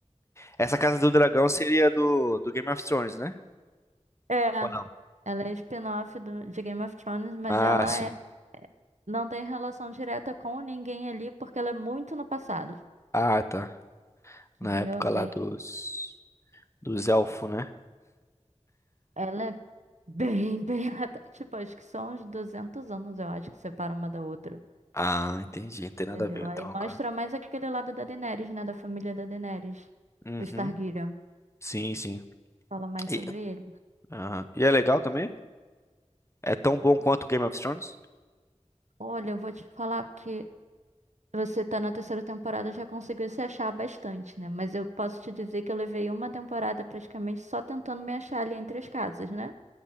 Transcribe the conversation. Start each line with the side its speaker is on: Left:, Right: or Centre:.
Left: Essa Casa do Dragão seria do, do Game of Thrones, né?
Right: É,
Left: Ou não?
Right: ela é spin-off do- de Game of Thrones, mas
Left: Ah,
Right: ela
Left: sim.
Right: é- não tem relação direta com ninguém ali, porque ela é muito no passado,
Left: Ah, tá. Na
Right: entendeu?
Left: época
Right: É Bem,
Left: lá dos, dos elfos, né?
Right: ela é Bem, bem, <laughs> tipo, acho que são uns 200 anos, eu acho, que separa uma da outra.
Left: Ah, entendi. Não tem nada
Right: Entendeu?
Left: a ver então
Right: Aí mostra
Left: agora.
Right: mais aquele lado da Daenerys, né? Da família da Daenerys.
Left: Uhum.
Right: Os Targaryen.
Left: Sim, sim.
Right: Fala mais
Left: E,
Right: sobre ele.
Left: aham. E é legal também? É tão bom quanto o Game of Thrones?
Right: Olha, eu vou te falar que você tá na terceira temporada, já conseguiu se achar bastante, né? Mas eu posso te dizer que eu levei uma temporada praticamente só tentando me achar ali entre as casas, né?